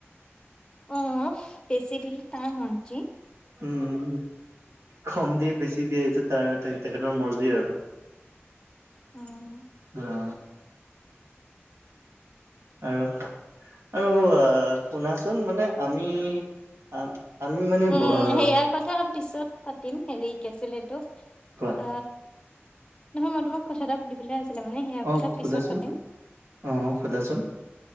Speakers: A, on the left (about 20°); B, on the right (about 85°).
A: অ, বেছি দিলে তাৰ মৰ্জি।
B: উম, কম দিয়ে বেছি দিয়ে এইটো তাৰ তেখেতৰ মৰ্জি আৰু।
A: উম
B: আ, আৰু আৰু শুনাচোন মানে আমি আমি মানে
A: উম
B: আ
A: সেয়া কথা পিছত পাতিম হেৰি কি আছিলে এইটো।
B: কোৱা।
A: অ, নহয় মই তোমাক কথা এটা সুধিবলৈ আছিলে মানে সেয়া
B: অ
A: কথা পিছত
B: সোধাচোন
A: পাতিম।
B: অ সোধাচোন